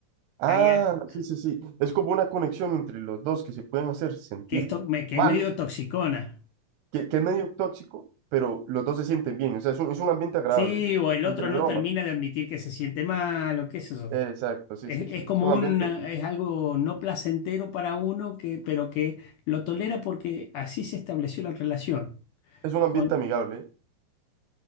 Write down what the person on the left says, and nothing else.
ahí, a-
que esto, me, que
es medio toxicona.
Sí, o el
otro no
termina de admitir que se siente mal, o qué es eso.
Es,
es como
un,
es algo no placentero para uno que, pero que lo tolera porque así se estableció la relación.
Con,